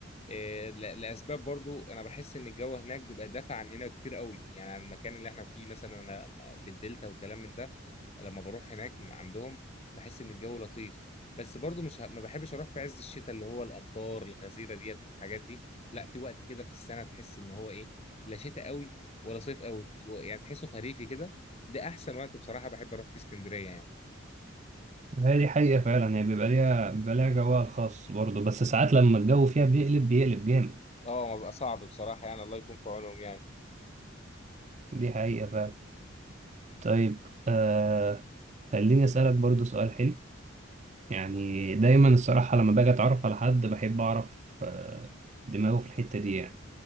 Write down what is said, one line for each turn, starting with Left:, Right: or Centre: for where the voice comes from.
Left: آه، ل- لاسباب برضو انا بحس ان الجو هناك بيبقى دافع عن هنا كتير قوي يعني عن المكان اللي احنا فيه مثلا انا م- في الدلتا وكلام من ده لما بروح هناك م- عندهم بحس ان الجو لطيف بس برضو مش ه- ما بحبش اروح في عز الشتاء اللي هو الامطار الغزيره ديت والحاجات دي لا في وقت كده في السنه تحس ان هو ايه لا شتاء قوي ولا صيف قوي و- يعني تحسه خريفي كده ده احسن وقت بصراحه بحب اروح في اسكندريه يعني
Right: هي دي حقيقة فعلا هي بيبقى ليها بيبقى ليها جوها الخاص برضه بس ساعات لما الجو فيها بيقلب بيقلب جامد
Left: اه ما بقى صعب بصراحه يعني الله يكون في عونهم يعني
Right: دي حقيقة فعلا طيب آه خليني أسألك برضه سؤال حلو يعني دايما الصراحة لما باجي أتعرف على حد بحب أعرف آه دماغه في الحتة دي يعني